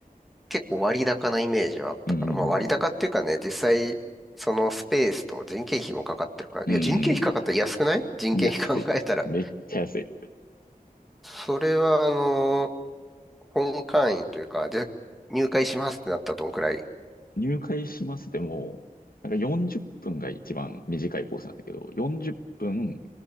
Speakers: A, in the centre; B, on the left (about 75°).
A: 結構割高なイメージはあったから、
B: うん、
A: まあ割高っていうかね、実際そのスペースと人件費もかかってるから、
B: うん、
A: いや人件費かかったら安くない人件費考えたら。
B: 安い。めっちゃ安い。
A: それはあのー本会員というか、で、入会しますってなったらどんくらい
B: 入会しますでも、なんか40分が一番短いコースなんだけど、40分